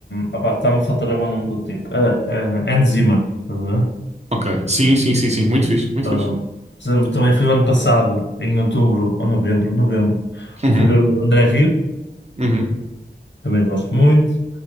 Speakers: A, on the left (about 75°); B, on the right (about 35°).
A: Opá, está-me a faltar agora o nome do tipo. Ah, ah, Hans Zimmer, estás a ver?
B: Ok. Sim, sim, sim, sim. Muito fixe, muito
A: Ah,
B: fixe.
A: por exemplo, também fui o ano passado, em outubro ou novembro, novembro,
B: Uhum,
A: fui ver o André Rio,
B: uhum,
A: também gosto muito.